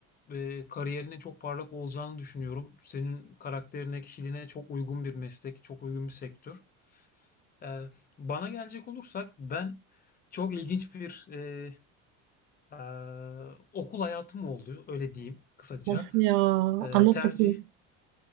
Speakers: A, on the left; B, on the right.
A: e, kariyerinin çok parlak olacağını düşünüyorum. Senin karakterine, kişiliğine çok uygun bir meslek, çok uygun bir sektör. Ee, bana gelecek olursak ben çok ilginç bir e, e, okul hayatım oldu, öyle diyeyim kısaca.
B: Nasıl ya?
A: Ee,
B: Anlat
A: tercih
B: bakayım.